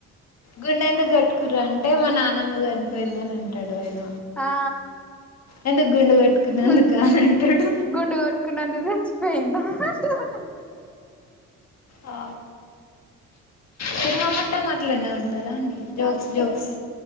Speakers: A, on the left; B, in the centre.
A: గుండె ఎందుకు కొట్టుకురు అంటే మా నాన్నమ్మ చనిపోయిందని అంటాడు ఆయన
B: ఆ
A: ఎందుకు గుండు కొట్టుకున్నందుకు
B: గుం
A: అని అంటాడు
B: గుండు కొట్టుకున్నారు అందుకు చచ్చిపోయిందా అంటారు
A: ఆ, సినిమా మొత్తం అట్లానే ఉంటదా అండి జోక్స్ జోక్స్